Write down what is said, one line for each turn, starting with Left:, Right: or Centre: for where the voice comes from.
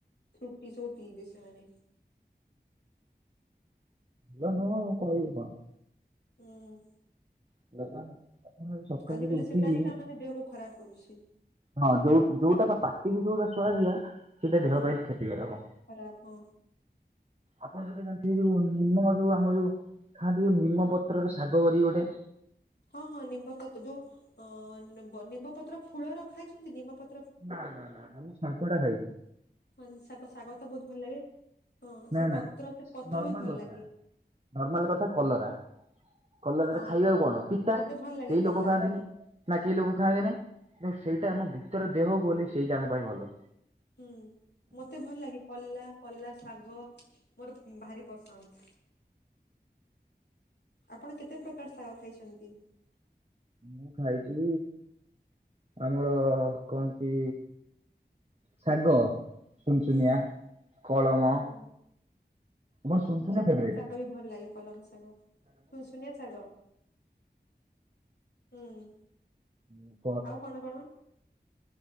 Left: ଫୁଟି ସବୁ ପିଇବେ ସେମାନେ।
Right: ଭଲ ନୁହଁ ଆଉ କହିବି କଣ?
Left: ହୁଁ।
Right: <unintelligible> ସକାଳୁ
Left: ଆଜ
Right: ଯଦି
Left: କାଲି
Right: ଉଠିକି
Left: ସେଟା ହିଁ ତା ମାନେ ଦେହକୁ ଖରାପ କରୁଛି।
Right: ହଁ ଯୋଉ ଯୋଉଟା ବା ପାଟିକୁ ଯୋଉଟା ଶୁଆଦିଆ ସେଟା
Left: ହୁଁ
Right: ଦେହ ପାଇଁ କ୍ଷତି କାର ହବ।
Left: ଖରାପ ହଁ
Right: ଆପଣ ଯଦି ଜାଣିଥିବେ ଯୋଉ ନିମ ଯୋଉ ଆମ ଯୋଉ ଖାଆନ୍ତି ନିମପତ୍ରର ଶାଗ କରିବ ଗୋଟେ।
Left: ହଁ ହଁ ନିମ୍ବପତ୍ର ଯୋଉ ଅ ନିମ୍ବପତ୍ର ଫୁଲଟା ଖାଇଚନ୍ତି କି ନିମ୍ବପତ୍ର?
Right: ନା ନା ନା ମୁଁ ସାଗ ଟା ଖାଇଚି।
Left: ହଁ ଶାଗ ଶାଗ ତ ବହୁତ ଭଲ ଲାଗେ, ହଁ
Right: ନା
Left: ସେ
Right: ନା
Left: ପତ୍ର ସେ ପତ୍ର
Right: ନର୍ମାଲ
Left: ବି ଭଲ
Right: କଥା
Left: ଲାଗେ।
Right: ନର୍ମାଲ କଥା କଲରା। କଲଟା
Left: ହଁ
Right: ଖାଇବାକୁ କଣ ପିତା
Left: ମତେ ଭଲ ଲାଗେ
Right: କେହି
Left: କଲା
Right: ଲୋକ ଖାଆନ୍ତିନି,
Left: ହଁ
Right: ନା କେହି ଲୋକ ଖାଆନ୍ତିନି।
Left: ହୁଁ
Right: କିନ୍ତୁ ସେଇଟା ଆମ ଭିତରେ ଦେହକୁ ଗଲେ ସେଇଟା ଆମ ପାଇଁ ଭଲ।
Left: ହୁଁ ମତେ ଭଲ ଲାଗେ କଲା କଲା ଶାଗ। ମୋର ଭାରି ପସନ୍ଦ। ଆପଣ କେତେ ପ୍ରକାର ଶାଗ ଖାଇଚନ୍ତି?
Right: ମୁଁ ଖାଇଚି ଆମର କନ୍ତି ଶାଗ। ସୁନ୍ ସୁନିଆ,
Left: ହୁଁ
Right: କଳମ,
Left: ହଁ ହୁଁ
Right: ମୋର ସୁନ୍ ସୁନିଆ ଫେବ୍ରାଇଟ୍।
Left: ସେଟା ବି ଭଲ ଲାଗେ କଲମ ସାଗ, ଶୁନ ସୁନ୍ ସୁନିଆ ସାଗ। ହୁଁ।
Right: ହୁଁ।
Left: ଆଉ କଣ ବାଣ